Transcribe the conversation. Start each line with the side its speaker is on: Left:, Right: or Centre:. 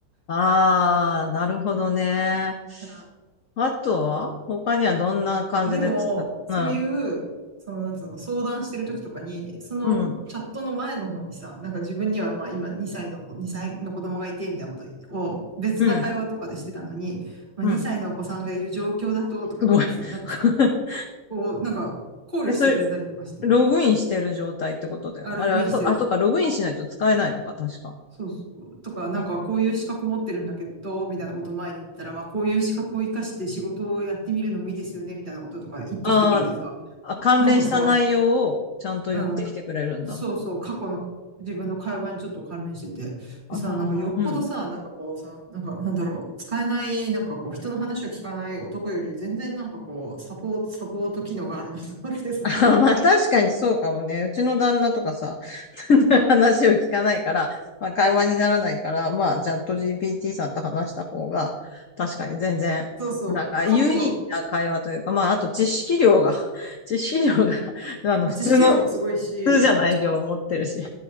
Left: ああ、なるほどね。
Right: うん
Left: あとは他にはどんな感じで使っうん。
Right: でも、そういう、その、なんつうの、相談してる時とかに、そのチャットの前の方にさ、
Left: うん。
Right: なんか自分にはまあ今2歳の子、2歳の子供がいて、みたいなことを別な会話とかでしてたのに、
Left: うん。
Right: まあ2歳のお子さんがいる状況だと、
Left: うん、
Right: とかってさ、
Left: すごい。
Right: なんかさ、
Left: <laughs>
Right: こう、なんか考慮してくれたりとかして、
Left: え、それ、ログインしてる状態ってことだよね。
Right: あ、ログインしてる。
Left: あれは、そう、あ、そうか、ログインしないと使えないのか、確か。
Right: そうそう。とか、なんかこういう資格持ってるんだけど、
Left: うん
Right: みたいなことを前に言ったら、まあこういう資格を活かして仕事をやってみるのもいいですよね、みたいなこととか言ってきてくれてさ。
Left: あーあ、関連した内容をちゃんと言ってきてくれるんだ。
Right: なんかさ、うん。そうそう、過去の自分の会話にちょっと関連してて。
Left: ああ、
Right: でさ、なんかよっぽどさ、
Left: うん。
Right: なんかこうさ、なんかなんだろう、使えない、なんかこう人の話を聞かない男より全然なんかこう、サポート、サポート機能があるなと思ってさ。
Left: <laughs> あーまあ確かにそうかもね。うちの旦那とかさ、<laughs> 話を聞かないから、まあ会話にならないから、まあチャット GPT さんと話した方が、確かに全然、
Right: そうそう、
Left: なんか有意義な会話というか、
Right: 過去の、
Left: まああと知識量が、<laughs> 知識量が、
Right: うん。
Left: <laughs> あの普通の、
Right: まあ知識量もすごいし、
Left: 普通じゃない量持ってるし。